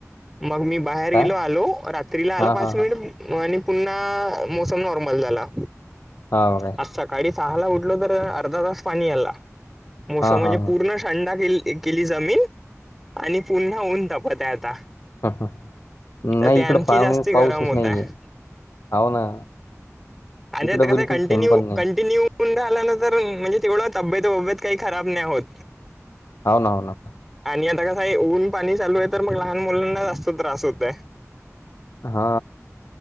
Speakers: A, in the centre; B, on the left.
A: मग मी बाहेर गेलो
B: काय
A: आलो रात्रीला आल
B: हा
A: पाच
B: हा
A: मिनिट.
B: हा
A: आणि पुन्हा मोसम नॉर्मल झाला.
B: हा हो काय.
A: आज सकाळी सहा ला उठलो तर अर्धा तास पाणी आला मोसम
B: हा
A: म्हणजे
B: हा हा
A: पूर्ण थंडा के केली जमीन आणि पुन्हा ऊन तपत आहे आता.
B: ह ह नाही
A: तर ते आणखी
B: इकड पाहणे
A: जास्ती
B: पाऊसच
A: गरम होत
B: नाहीये
A: आहे.
B: हव ना.
A: आणि
B: इकडं
A: कस
B: बिलकुल
A: कंटिन्यू
B: थेंब पण नाही
A: कंटिन्यू. कों आल्यानंतर म्हणजे तिकडं तब्येत तब्येत काही खराब नाही होत.
B: हवं ना होना.
A: आणि आता कसं आहे ऊन पाणी चालू आहे तर मग लहान मुलांना जास्त त्रास होतय.
B: हा.